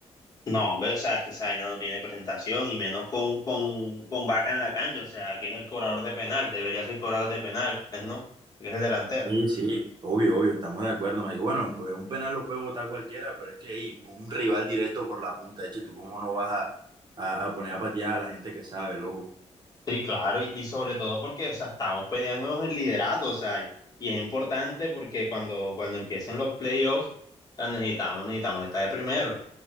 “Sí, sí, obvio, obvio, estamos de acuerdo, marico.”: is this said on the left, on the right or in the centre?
Right